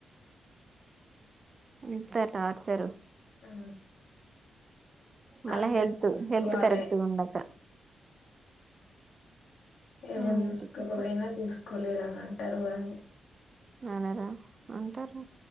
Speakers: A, on the right (about 25°); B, on the left (about 65°).
A: ఇంత టార్చరు
B: ఆ
A: మళ్ళా
B: అందరి
A: హెల్త్
B: చూసుకోవాలి
A: హెల్త్ కరెక్ట్గా ఉండక
B: ఏవరు
A: అన్నిటికీ
B: చూసుకోకపోయినా చూసుకోలేదని అంటారు కానీ
A: నాన్నద అంటారు